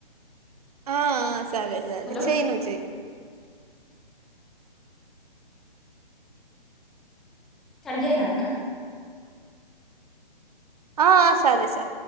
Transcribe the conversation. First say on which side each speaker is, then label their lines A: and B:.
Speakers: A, on the right; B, in the centre.
A: ఆ ఆ! సరే సరే
B: హలో
A: చెయ్యి నువ్వు చెయ్యి
B: కట్ చేయండి అక్క
A: ఆ ఆ! సరే సరే